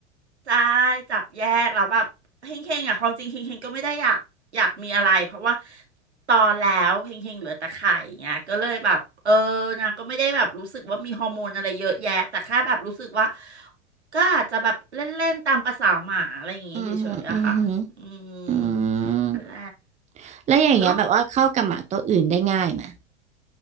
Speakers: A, on the right (about 70°); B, on the right (about 20°).
A: ใช่จับแยกแล้วแบบเฮงเฮงอ่ะความจริงเฮงเฮงก็ไม่ได้อยากอยากมีอะไรเพราะว่าตอนแล้วเฮงเฮงเหลือแต่ไข่เงี้ยก็เลยแบบเออนางก็ไม่ได้แบบรู้สึกว่ามีฮอร์โมนอะไรเยอะแยะแต่แค่แบบรู้สึกว่าก็อาจจะแบบเล่นๆตามประสาหมาอะไรอย่างงี้เฉยๆอะค่ะอืม
B: อือหืออือหืออืม
A: อะไร
B: แล้วอย่างเงี้ยแบบว่าเข้ากับหมาตัวอื่นได้ง่ายไหม
A: ก็